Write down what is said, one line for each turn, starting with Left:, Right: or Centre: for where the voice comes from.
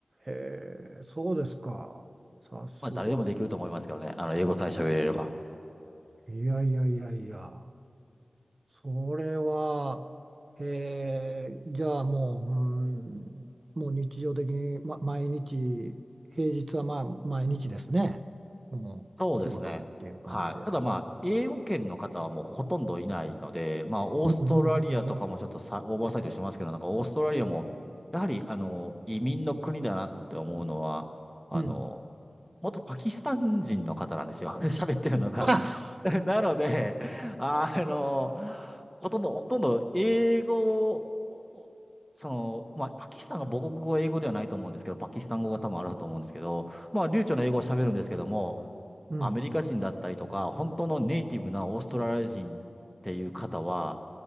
Right: へえ、そうですか。さすが。
Centre: まあ、誰でもできると思いますけどね。あの、英語さえ喋れれば。
Right: いやいやいやいや。それは、えー、じゃあもう、うん、もう日常的に、ま、毎日、平日はまあ毎日ですね。もう仕事っていう感じで。
Centre: そうですね。はい。ただまあ、英語圏の方はもうほとんどいないので、まあ、オーストラリアとかもちょっとさ、
Right: うんうんうんうん。
Centre: オーバーサイトしますけど、なんかオーストラリアも、やはり、あの、移民の国だなって思うのは、あの、
Right: うん。
Centre: 元パキスタン人の方なんですよ。<laughs> 喋ってるのが。
Right: <laughs>
Centre: <laughs> なので、あの、ほとんど、ほとんど英語を、その、まあ、パキスタンが母国語は英語ではないと思うんですけど、パキスタン語が多分あると思うんですけど、まあ、流暢な英語を喋るんですけども、
Right: うん。
Centre: アメリカ人だったりとか、本当のネイティブなオーストラリア人っていう方は、